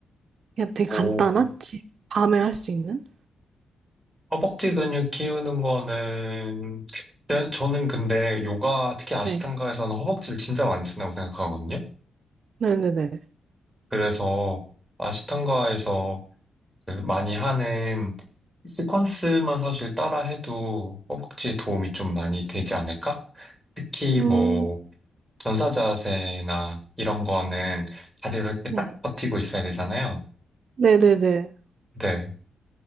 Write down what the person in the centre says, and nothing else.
오.
허벅지 근육 키우는 거는 저- 저는 근데 요가 특히 아시탄가에서는
허벅지를 진짜 많이 쓴다고 생각하거든요.
그래서 아시탄가에서 그 많이 하는 시퀀스만 사실 따라해도 허벅지에 도움이 좀 많이 되지 않을까? 특히
뭐 전사 자세나 이런 거는 다리를 이렇게
딱 버티고 있어야 되잖아요.
네.